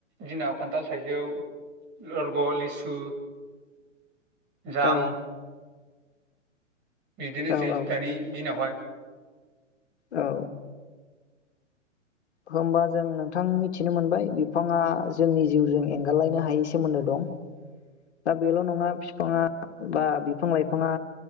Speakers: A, on the right; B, on the left.
A: दिनाव खान्थाल थाइजौ लरग' लिसु जाम
B: औ
A: बिदिनोसै
B: औ औ
A: दानि दिनावहाय
B: औ होमबा जों नोंथां मिथिनो मोनबाय बिफाङा जोंनि जिउजों एंगारलायनो हायै सोमोन्दो दं दा बेल' नङा बिफाङा बा बिफां लाइफाङा